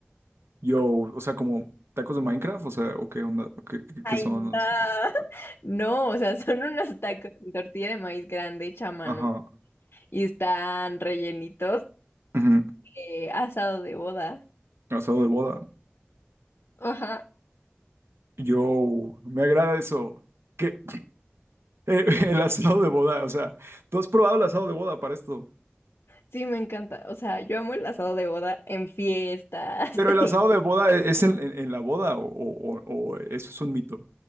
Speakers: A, on the right (about 80°); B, on the left (about 75°).
A: Yo, o sea, como tacos de Minecraft, o sea, o qué onda, qué, qué-
B: Ay,
A: qué son,
B: no.
A: o
B: <laughs>
A: sea,
B: No, o sea, <laughs> son unos tacos de tortilla de maíz grande hecha a mano
A: ajá.
B: y están rellenitos
A: ujú,
B: de asado de boda.
A: Asado de boda.
B: Ajá,
A: Yo, me agrada eso. ¿Qué? <laughs> Eh, el asado de boda, o sea, tú has probado el asado de boda para esto.
B: sí, me encanta. O sea, yo amo el asado de boda en fiestas
A: Pero
B: <laughs>
A: el asado
B: y
A: de boda e- es en, en- en la boda o, o- o- o eso es un mito.